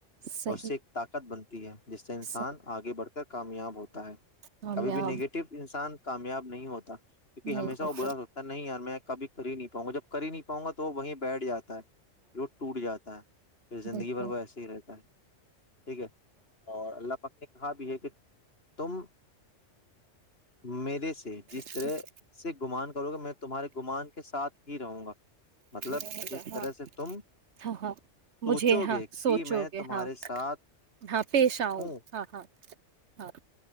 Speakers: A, on the right; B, on the left.
A: صحیح
B: اور اس سے ایک طاقت بنتی ہے جس سے انسان
A: صحیح
B: آگے بڑھ کر کامیاب ہوتا ہے
A: کامیاب
B: کبھی بھی نگیٹو انسان کامیاب نہیں ہوتا کیونکہ
A: نہیں
B: ہمیشہ
A: ہوتا
B: وہ برا سوچتا ہے نہیں یار میں کبھی کر ہی نہیں پاں گا جب کر ہی نہیں پاں گا تو وہیں بییڈیاد پھر وہ ٹوٹ جاتا ہے پھر زندگی
A: بالکل
B: بھر وہ ایسے ہی رہتا ہے ٹھیک ہے اور اللہ پکنی کہاں بھی ہے کہ تم میرے سے جس
A: صحیح
B: طرح سے گمان کروں گا میں تمہارے گمان کے ساتھ ہی رہوں گا مطلب
A: رہے
B: جس
A: گا
B: طرح
A: ہاں
B: سے تم
A: ہاں ہاں
B: سوچو
A: مجھے ہاں
B: گے کہ
A: سوچو
B: میں تمہارے
A: ہاں
B: ساتھ
A: ہاں پیش آؤں
B: ہوں
A: ہاں ہاں ہاں